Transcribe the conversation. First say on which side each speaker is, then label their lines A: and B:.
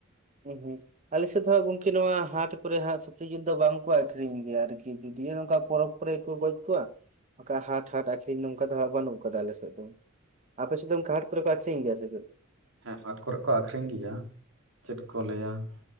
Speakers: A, on the right; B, on the right.
A: ᱦᱩᱸ ᱦᱩᱸ ᱟᱞᱮᱥᱮᱫ ᱦᱟᱸᱜ ᱜᱚᱝᱠᱮ ᱱᱚᱣᱟ ᱦᱟᱴ ᱠᱚᱨᱮ ᱦᱟᱸᱜ ᱥᱩᱠᱨᱤ ᱡᱤᱞ ᱫᱚ ᱵᱟᱝᱠᱚ ᱟᱠᱷᱨᱤᱧ ᱜᱮᱭᱟ ᱟᱨᱠᱤ ᱡᱩᱫᱤᱣ ᱱᱚᱝᱠᱟ ᱯᱚᱨᱚᱵᱽ ᱠᱚᱨᱮ ᱠᱚ ᱜᱚᱡ ᱠᱚᱣᱟ ᱵᱟᱸᱠᱷᱟ ᱦᱟᱴ ᱦᱟᱴ ᱟᱠᱷᱨᱤᱧ ᱱᱚᱝᱠᱟ ᱫᱚ ᱦᱟᱸᱜ ᱵᱟᱹᱱᱩᱜ ᱠᱟᱫᱟ ᱟᱞᱮᱥᱮᱫ ᱫᱚ, ᱟᱯᱮ ᱥᱮᱫ ᱫᱚ ᱚᱱᱠᱟ ᱦᱟᱴ ᱠᱚᱨᱮ ᱠᱚ ᱟᱠᱷᱨᱤᱞ ᱜᱮᱭᱟ ᱥᱮ ᱪᱮᱫ?
B: ᱦᱮᱸ ᱦᱟᱴ ᱠᱚᱨᱮᱜ ᱠᱚ ᱟᱠᱷᱨᱤᱧ ᱜᱮᱭᱟ ᱪᱮᱫ ᱠᱚ ᱞᱟᱹᱭᱟ ᱾